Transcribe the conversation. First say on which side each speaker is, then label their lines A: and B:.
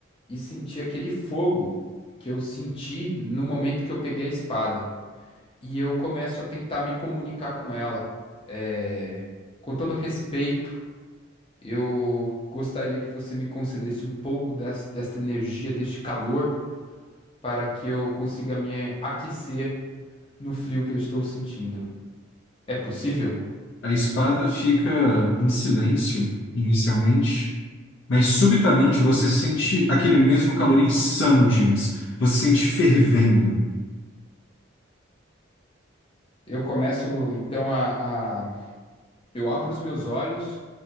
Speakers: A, on the left; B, on the left.
A: e sentir aquele fogo que eu senti no momento que eu peguei a espada. E eu começo a tentar me comunicar com ela, é, com todo respeito Eu gostaria que você me concedesse um pouco des- desta energia, deste calor, para que eu consiga me aquecer no frio que eu estou sentindo. É possível?
B: A espada fica em silêncio inicialmente, mas subitamente você sente aquele mesmo calor insano de antes. Você sente fervendo.
A: Eu começo então a, a- Eu abro os meus olhos